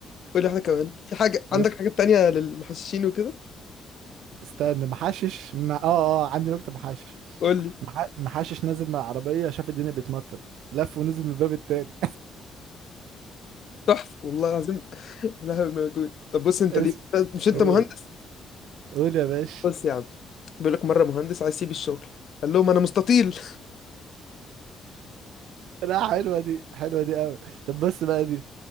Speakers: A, on the left (about 60°); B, on the right (about 80°).
A: قول لي واحده كمان في حاجه
B: بس
A: عندك حاجات تانية للمحششين وكده
B: استنى محشش مع... اه اه عندي نكتة محشش
A: قول لي
B: مح... محشش نازل من العربية شاف الدنيا بتمطر لف ونزل من الباب التاني
A: تحفه والله العظيم <laughs> لا هو موجود طب بص انت
B: <laughs> اسم
A: دي مش انت
B: قول
A: مهندس
B: قول يا باشا
A: بص يا عم بيقول لك مره مهندس عايز يسيب الشغل قال لهم انا مستطيل
B: لا حلوة دي حلوة دي قوي طب بص بقى دي